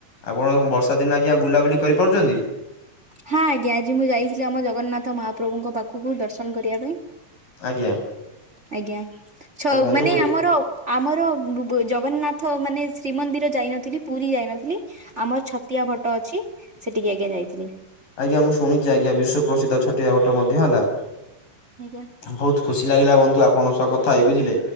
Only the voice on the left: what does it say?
ଆପଣ ବର୍ଷା ଦିନ ଆଜ୍ଞା ବୁଲାବୁଲି କରିପାରୁଛନ୍ତି?
ଆଜ୍ଞା।
ତ ବନ୍ଧୁ
ଆଜ୍ଞା ମୁଁ ଶୁଣିଚି ଆଜ୍ଞା ବିଶ୍ୱ ପ୍ର୍ରସିଦ୍ଧ ଛୋଟିଆ ବାଟ ମଧ୍ୟ ହେଲା?
ବହୁତ ଖୁସି ଲାଗିଲା ବନ୍ଧୁ ଆପଣଙ୍କ ସହ କଥା ହେଇ ବୁଝିଲେ